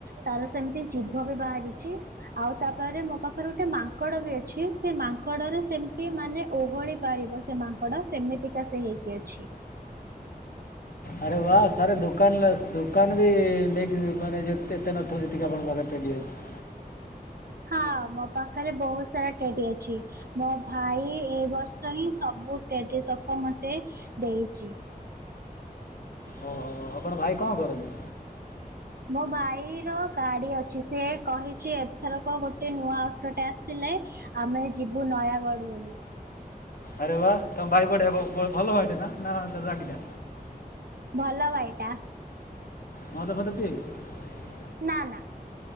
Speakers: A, on the right; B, on the left.
A: ତାର ସେମିତି ଜିଭ ବି ବାହାରିଛି ଆଉ ତାପରେ ମୋ ପାଖରେ ଗୋଟେ ମାଙ୍କଡ ବି ଅଛି। ସେ ମାଙ୍କଡରେ ସେମିତି ମାନେ ଓହଳି ପାରିବ ସେ ମାଙ୍କ ଡ ସେମିତିକା ସେ ହେଇକି ଅଛି।
B: ଆରେ ବା ସାର୍ ଦୋକାନ ଦୋକାନ ବି ନେଇକି ମାନେ ଯେ ଏତେ ନଥଉ ଯେତିକି ଆପଣଙ୍କ ପାଖରେ ରେଡ଼ି ହୋଇଛି।
A: ହଁ ମୋ ପାଖରେ ବହୁତ ସାରା ଟେଡି ଅଛି। ମୋ ଭାଇ ଏ ବର୍ଷ ହିଁ ସବୁ ଟେଡି ତକ ମତେ ଦେଇଛି।
B: ଓହୋ ଆପଣ ଭାଇ କଣ କରନ୍ତି।
A: ମୋ ଭାଇର ଗାଡି ଅଛି। ସେ କହିଛି ଏଥରକ ଗୋଟେ ନୂଆ ଅଟୋଟା ଆସିଲେ ଆମେ ଯିବୁ ନୟାଗଡ ବୋଲି।
B: ଆରେ ବା ତମ ଭାଇ ବଢ଼ିଆ ଭାଈ ଭଲ ନା ରାଗିଟା
A: ଭଲ ଭାଇ ଟା।
B: ନ ଦଫା ତ ଟ- <unintelligible>
A: ନା ନା।